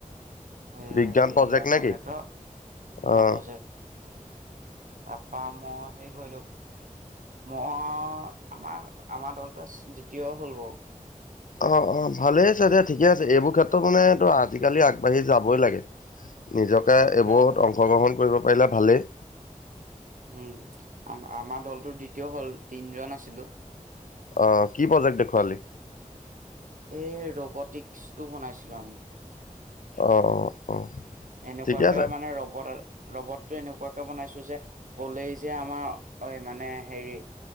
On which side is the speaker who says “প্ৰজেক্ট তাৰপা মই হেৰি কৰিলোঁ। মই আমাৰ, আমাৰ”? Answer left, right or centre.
Right